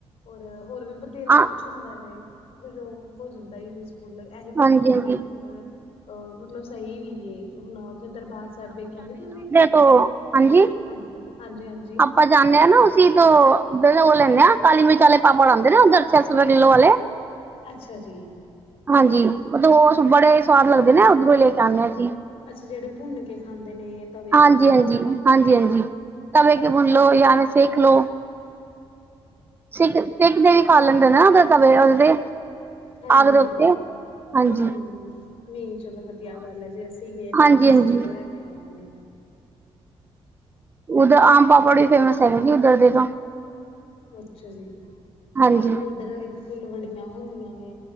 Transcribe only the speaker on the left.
ਔਰ ਹੋਰ ਵੀ ਬਥੇਰਾ
ਕੁਛ ਹੁੰਦਾ ਵੇ, ਵੀ ਹੋ ਜਾਂਦਾ ਯੂਜਫੁਲ ਐਹੀ ਤਾਂ
ਚੀਜ਼ਾਂ
ਨੇ ਓਦਰ। ਅਹ ਮਤਲਬ ਸਈ ਵੀ ਏ ਹੁਨ ਓਥੇ ਦਰਬਾਰ ਸਾਬ ਵੇਖੇਆ ਨੀ ਤੁਸੀਂ।
ਹਾਂਜੀ-ਹਾਂਜੀ-ਹਾਂਜੀ।
ਅੱਛਾ ਜੀ।
ਅੱਛਾ ਜੇੜੇ ਭੁੰਨ ਕੇ ਖਾਂਦੇ ਨੇ ਤਵੇ
ਤੇ ਲਗਾ
ਲੋ।
ਹਾਂਜੀ-ਹਾਂਜੀ,
ਹੂੰ-ਹੂੰ ਨੀ ਚਲੋ ਵਦੀਆ ਗੱਲ ਐ ਜੇ ਅਸੀਂ ਸੀਗੇ ਨਾ
ਹੁਨ ਅਸੀਂ
ਵੀ ਲੈ ਕੇ ਆਵਾਂਗੇ।
ਓ ਅੱਛਾ ਜੀ,
ਹੋਰ ਓਦਰ ਇੱਕ ਫੁਲਵੜੀਆਂ ਹੁੰਦੀਆਂ ਨੇ